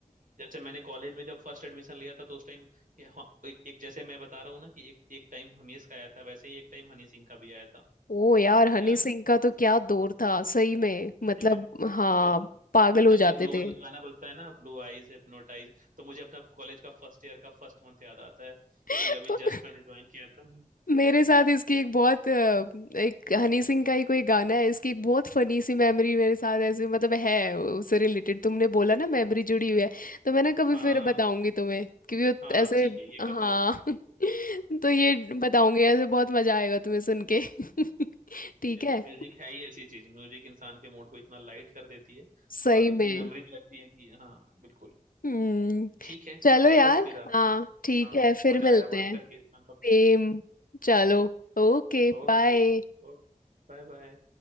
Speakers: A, on the right; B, on the left.
A: जैसे मैंने कॉलेज में जब फर्स्ट एडमिशन लिया था तो उस टाइम एक, एक जैसे मैं बता रहा हूँ ना कि एक एक टाइम हमीज का आया था वैसे ही एक टाइम हनी सिंह का भी आया था
B: ओ यार हनी
A: है ना
B: सिंह का तो क्या दौर था सही में मतलब
A: ठीक है
B: हाँ
A: तो
B: पागल
A: तो
B: हो
A: जब
B: जाते
A: भी ब्लू
B: थे
A: आइज गाना बजता है ना ब्लू आइज हिप्नोटाइज तो मुझे अपना कॉलेज का फर्स्ट ईयर का फर्स्ट मंथ याद आता है
B: <laughs>
A: कि अभी जस्ट मैंने ज्वाइन किया था
B: मेरे साथ इसकी एक बहुत अ, एक हनी सिंह का ही कोई गाना है इसकी एक बहुत फनी सी मेमोरी मेरे साथ ऐसे मतलब है उससे रिलेटेड तुमने बोला ना मेमोरी जुड़ी हुई है तो
A: हाँ
B: मैं ना कभी
A: हाँ
B: फिर बताऊंगी तुम्हें क्योंकि वो
A: हाँ
B: ऐसे
A: ठीक है ये
B: हाँ
A: कभी
B: <laughs>
A: हाँ
B: तो
A: हाँ
B: ये बताऊंगी
A: करेक्ट
B: ऐसे बहुत मजा आएगा तुम्हें सुन के <laughs> ठीक
A: या
B: है
A: क्या म्यूजिक है ही ऐसी चीज म्यूजिक इंसान के मूड को इतना लाइट कर देती है
B: सही
A: और इतनी
B: में
A: मेमोरीज लगती है कि हाँ बिल्कुल
B: हम्म
A: ठीक है
B: चलो
A: चलो
B: यार
A: फिर आप
B: हाँ
A: हम
B: ठीक
A: हाँ
B: है फिर
A: मजा
B: मिलते
A: आया बात
B: हैं
A: करके इसका
B: सेम
A: topic
B: चलो Okay
A: Okay
B: bye
A: okay bye bye